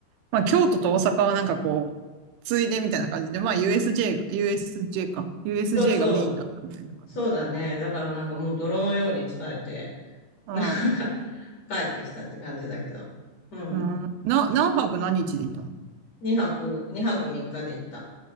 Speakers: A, on the right; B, on the left.
A: まあ、京都と大阪はなんかこう、ついでみたいな感じで、まあ、USJ が、USJ か。USJ
B: そうそう、
A: がメインだったみたいな感じ。
B: そうだね。だからなんかもう泥のように疲れて、
A: ああ、
B: <laughs> なんか、帰ってきたって感じだけど。うん。
A: うん。な、何泊何日で行ったの
B: 2泊、2泊3日で行った。